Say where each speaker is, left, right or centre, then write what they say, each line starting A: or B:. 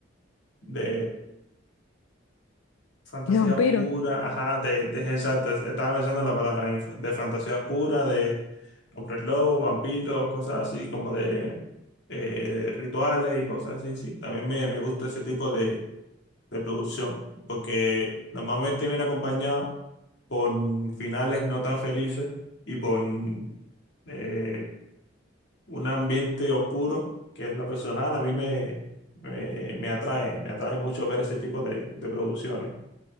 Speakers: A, on the left (about 60°); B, on the left (about 80°).
A: de Fantasía
B: <laughs> De vampiro.
A: oscura, ajá, de, de- exacto, es- estaba pensando en la palabra inf- de fantasía oscura, de hombres lobos, vampiros, cosas así, como de eh, rituales y cosas así, sí. También me, me gusta ese tipo de, de producción, porque normalmente viene acompañado con finales no tan felices y con eh, un ambiente oscuro, que en lo personal a mí me, me, me atrae, me atrae mucho ver ese tipo de, de producciones.